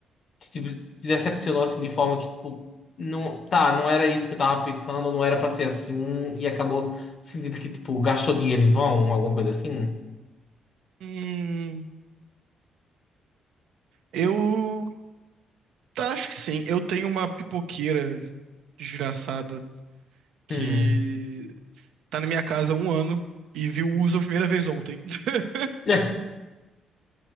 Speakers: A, on the left (about 50°); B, on the right (about 80°).
A: te, te te decepcionou assim de forma que, tipo, não, tá, não era isso que eu tava pensando, não era pra ser assim, e acabou sentindo que, tipo, gastou dinheiro em vão, alguma coisa assim?
B: Hum, eu tá, acho que sim. Eu tenho uma pipoqueira desgraçada que
A: Hum.
B: tá na minha casa há um ano e viu o uso a primeira vez ontem. <laughs>
A: <laughs>